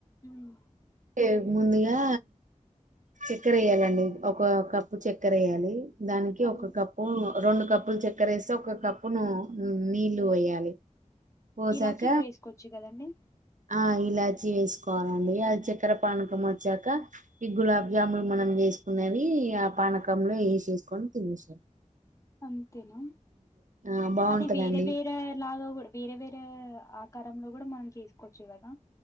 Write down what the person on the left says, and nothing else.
ఉమ్
అదే
ఇలాచి కూడా వేసుకోవచ్చు కదండి
అంతేనా
అది వేరే వేరే లాగా కూడా వేరే వేరే అంటే ఆకారంలో కూడా మనం చేసుకోవచ్చు కదా